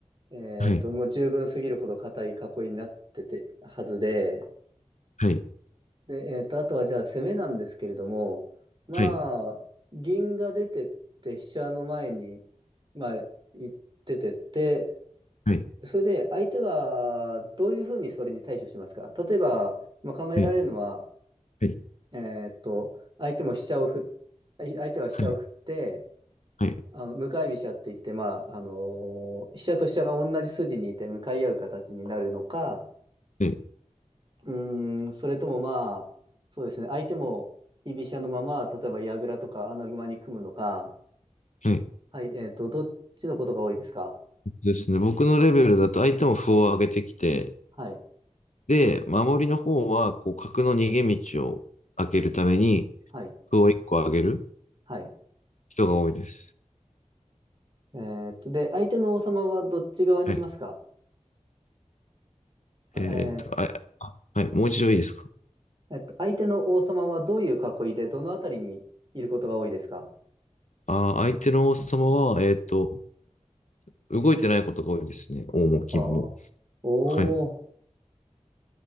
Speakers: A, on the right; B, on the left.
A: えっと、
B: はい。
A: もう十分すぎるほど硬い囲いになっててはずで、
B: はい、
A: で、えっと、あとはじゃあ攻めなんですけれども、まあ、
B: はい、
A: 銀が出てって飛車の前に、まあ、行っててって、
B: はい、
A: それで相手はどういうふうにそれに対処しますか例えば、まあ、考えられるのは、
B: はい、はい、
A: えっと、相手も飛車を振っ、相手は飛車を振って、
B: はい、はい、
A: あの向かい飛車って言って、まあ、あの飛車と飛車が同じ筋にいて向かい合う形になるのか、
B: はい、
A: うーん、それともまあ、そうですね、相手も居飛車のまま、例えば矢倉とか穴熊に組むのか、
B: はい
A: はい、えっと、どっちのことが多いですか
B: ですね。僕のレベルだと相手も歩を上げてきて、
A: はい、
B: で、守りの方は、こう、角の逃げ道を開けるために、
A: はい、
B: 歩を1個上げる
A: はい。
B: 人が多いです。
A: えっと、で、相手の王様はどっち側にいますか
B: はい。
A: えー
B: えーっと、あ、あはい、もう一度いいですか。
A: えっと、相手の王様はどういう囲いで、どのあたりにいることが多いですか
B: あー、相手の王様は、えーっと、動いてないことが多いですね。王も金も。
A: ああー、お
B: はい、